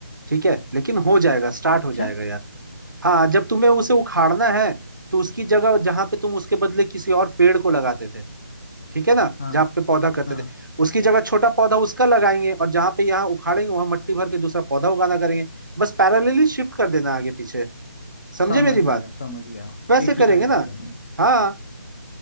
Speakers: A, on the right; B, on the left.
A: ठीक है लेकिन हो जाएगा स्टार्ट
B: अच्छा
A: हो जाएगा यार हाँ जब तुम्हें उसे उखाड़ना है तो उसकी जगह जहां पे तुम उसके बदले किसी और पेड़ को लगाते थे ठीक है ना
B: हाँ
A: जहाँ पे पौधा करते
B: हाँ
A: थे उसकी जगह छोटा पौधा उसका लगाएंगे और जहाँ पे यहाँ उखाड़ेंगे वहां मट्टी भर के दूसरा पौधा उगाना करेंगे बस पैरेलली शिफ्ट कर देना आगे पीछे समझे
B: समझ
A: मेरी बात
B: गया समझ गया
A: वैसे
B: एक ही
A: करेंगे
B: टाइम
A: ना
B: पे
A: हाँ